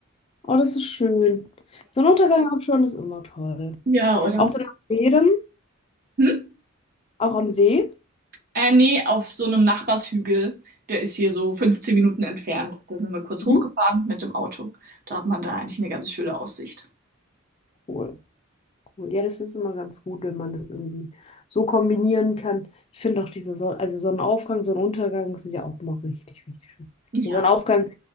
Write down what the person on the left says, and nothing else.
Oh, das ist schön. So ein Untergang am Schauen ist immer toll.
Auch dann am See dann,
auch am See.
Mhm.
Cool. Cool. Ja, das ist immer ganz gut, wenn man das irgendwie so kombinieren kann. Ich finde auch diese Sonne, also Sonnenaufgang, Sonnenuntergang sind ja auch immer richtig, richtig schön.
Den Sonnenaufgang